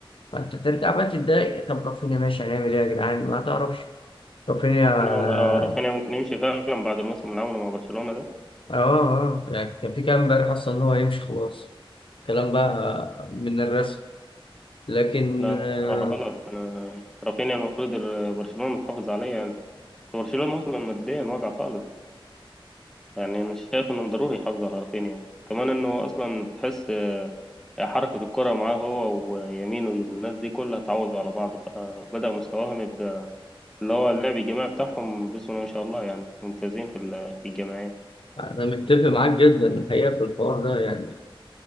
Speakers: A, on the left; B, in the centre.
A: فأنت ترجع بقى تتضايق طب رافينيا ماشي هنعمل إيه يا جدعان ما تعرفش رافينيا اه
B: لا والله هو رافينيا ممكن يمشي فعلا بعد الموسم اللي عمله مع برشلونة ده
A: اه آه، يعني كان في كلام امبارح اصلا ان هو يمشي خلاص كلام بقى من الرسم لكن
B: لا
A: آه،
B: بصراحة غلط أنا- رافينيا المفروض ال- برشلونة تحافظ عليه يعني برشلونة أصلا ماديا واقع خالص يعني أنا شايف إنه ضروري يحافظ على رافينيا كمان إنه أصلا تحس حركة الكرة معاه هو ويمين والناس دي كلها تعوض على بعض فبدأ مستواهم يبقى اللي هو اللعب الجماعي بتاعهم بسم الله ما شاء الله يعني ممتازين في ال- في الجماعية
A: انا متفق معاك جدا الحقيقه في الحوار ده يعني